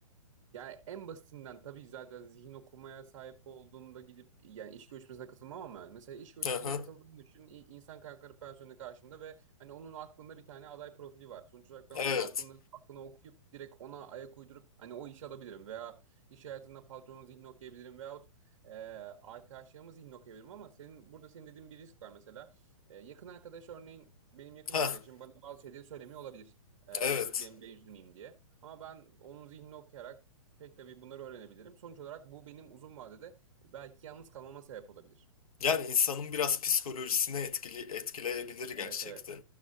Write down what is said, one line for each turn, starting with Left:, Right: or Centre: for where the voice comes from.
Right: Yani en basitinden tabii zaten zihin okumaya sahip olduğumda gidip yani iş görüşmesine katılmam ama mesela iş görüşmesine
Left: Hı hı.
Right: katıldığım düşün i- insan kaynakları personeli karşımda ve hani onun aklında bir tane aday profili var. Sonuç olarak ben
Left: Evet.
Right: onun aklını, aklını okuyup direkt ona ayak uydurup hani o işi alabilirim veya iş hayatında patronun zihnini okuyabilirim veyahut e, arkadaşlarımın zihnini okuyabilirim ama senin burada senin dediğin bir risk var mesela. E, yakın arkadaş örneğin benim yakın
Left: Ha
Right: arkadaşım bana bazı şeyleri söylemiyor olabilir. E,
Left: evet.
Right: benim ben üzülmeyeyim diye. Ama ben onun zihnini okuyarak pek tabii bunları öğrenebilirim. Sonuç olarak bu benim uzun vadede e, belki yalnız kalmama sebep olabilir.
Left: Yani insanın biraz psikolojisine etkili etkileyebilir
Right: Evet
Left: gerçekten.
Right: evet.